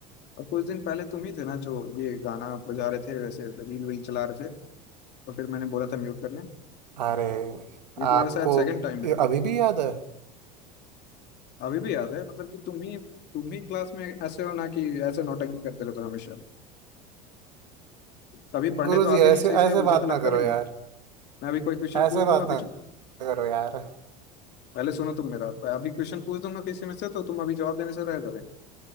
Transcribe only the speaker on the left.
और कुछ दिन पहले तुम ही थे ना जो ये गाना बजा रहे थे वैसे रील वील चला रहे थे तो फिर मैंने बोला था म्यूट कर लें
ये तुम्हारे
साथ सेकंड टाइम है
अभी भी याद है मतलब कि तुम ही तुम ही क्लास में ऐसे हो ना कि ऐसे नौटंकी करते रहते हो हमेशा कभी पढ़ने
तो आते
नहीं सही से
मुझे
तो लगता
भी नहीं
मैं अभी कोई क्वेश्चन
पूछ दूंगा
अभी
पहले सुनो तुम मेरा अभी क्वेश्चन पूछ दूंगा किसी में से तो तुम अभी जवाब देने से रह जाओगे